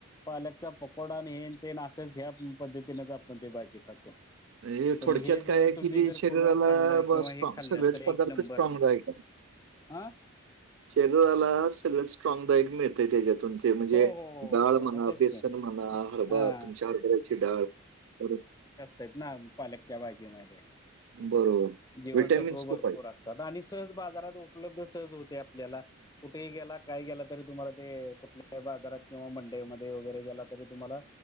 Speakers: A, on the left; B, on the right.
A: पालकचा पकोडा अन हे अन ते असच ह्या पद्धतीनेच आपण ते भाजी करतो.
B: म्हणजे
A: पण
B: थोडक्यात
A: हे जर
B: काय आहे
A: तुम्ही
B: की ते
A: जर
B: शरीराला
A: करून खाल्ल
B: ब
A: किंवा
B: स्ट्रॉंग
A: हे खाल्ल
B: सगळेच पदार्थ
A: एक नंबर
B: स्ट्रॉंगदायक
A: ते
B: आहे.
A: हा....
B: शरीराला सगळं स्ट्राग बाईक मिळतेय त्याच्यातून ते म्हणजे
A: हो हो हो हो
B: डाळ
A: हो
B: म्हणा
A: मग तेच
B: बेसन
A: की
B: म्हणा
A: हा.
B: हरबा तुमच्या हरबऱ्याची डाळ करून
A: तेच ना पालकच्या भाजीमध्ये
B: बरोबर.
A: जीवणसत्व
B: व्हिटॅमिन्स
A: भरपूर
B: खूप आहेत.
A: असतात आणि सहज बाजारात उपलब्ध सहज होते आपल्याला कुठेही गेला काय गेला तरी तुम्हाला ते कुठल्याही बाजारात किंवा मंडळी मध्ये वगैरे गेला तरी तुम्हाला